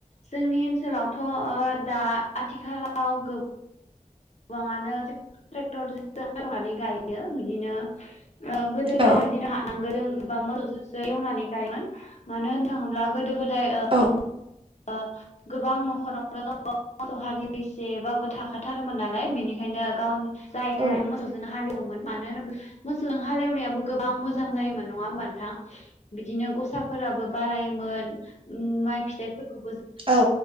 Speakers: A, on the left (about 55°); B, on the right (about 40°).
A: जोंनि ओनसोलावथ' ओ दा आथिखालाव गो गोबाङानो टेक-ट्रेक्टर हालोवनानै गायो बिदिनो गोदो दायहाय
B: औ
A: बिदिनो हा नांगोलजों बा मोसौजोसो एवनानै गायोमोन मानो होन थाङोब्ला गोदो गोदा दाय ओ
B: औ
A: ओ गोबां न'खरावनो मोसौव हालिसेबाबो थाखाथारोमोन नालाय बेनिखायनो गावनि जाय जायहा
B: औ
A: मोसौजोंनो हालेवोमोन मानो होन मोसौजों हालेवनायाबो गोबां मोजां जायोमोन नङा होमबा नोंथां बिदिनो गसा फोराबो बारायोमोन माइ फिथाइफोर खौबोज
B: औ